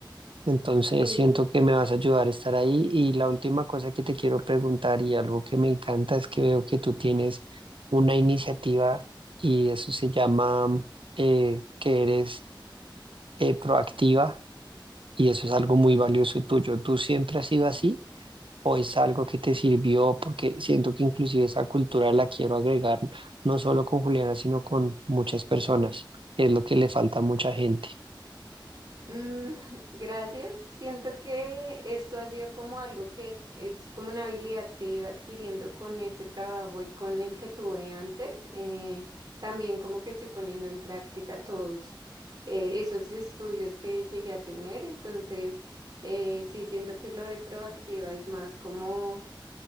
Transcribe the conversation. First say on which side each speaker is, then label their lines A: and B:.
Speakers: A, on the right (about 85°); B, on the right (about 50°).
A: Entonces
B: Sí.
A: siento que me vas a ayudar a estar ahí y la última cosa que te quiero preguntar y algo que me encanta es que veo que tú tienes una iniciativa y eso se llama eh, que eres eh, proactiva y eso es algo muy valioso tuyo. ¿Tú siempre has sido así? o es algo que te sirvió, porque siento que inclusive esa cultura la quiero agregar no solo con Juliana, sino con muchas personas, que es lo que le falta a mucha gente.
B: Mm, <laughs> gracias. Siento que esto ha sido como algo que es como una habilidad que he ido adquiriendo con este trabajo y con el que tuve antes. Eh, también como que estoy poniendo en práctica todos eh, esos estudios que llegué a tener. Entonces, eh, sí, siento que lo de proactiva es más como